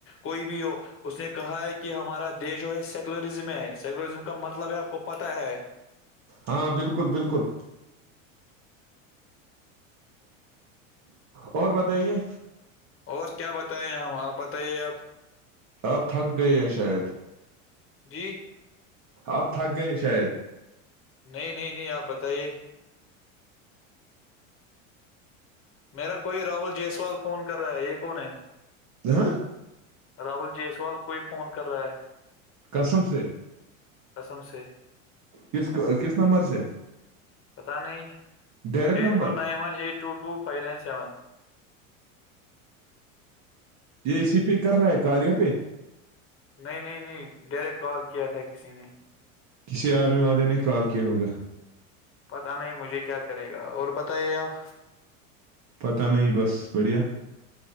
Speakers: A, on the left (about 35°); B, on the right (about 45°).
A: کوئی بھی ہو اس نے کہا ہے کہ ہمارا دیش جو ہے سیکٹ سیکولزم ہے سیکولرزم کا مطلب ہے آپ کو پتا ہے
B: ہاں بالکل بالکل اور بتائیے
A: اور کیا بتائائےیں ہم آپ بتائیے آپ
B: آپ تھک گئے ہیں شاید
A: جی
B: آپ تھک گیے شاید
A: نہیں نہیں نہیں آپ بتائیے میرا کوئی راہل جیسوال فون کر رہا ہے یہ کون ہے
B: ہ
A: راہل جیسوال کوئی فون کر رہا ہے
B: کسم سے
A: قسم سے
B: کس کس نمبر سے
A: پتہ نہیں
B: direct
A: eight
B: number
A: four nine one eight two two five nine seven
B: یہ اے سی پہ کر رہا ہے کاریا پہ
A: نہیں نہیں نہیں ڈائریکٹ کال کیا تھا کسی نے
B: کسی آرمی والے نے کال کیا ہوگا
A: پتا نہیں مجھے کیا کرے گا اور بتائیے آپ
B: پتا نہیں بس بڑھیا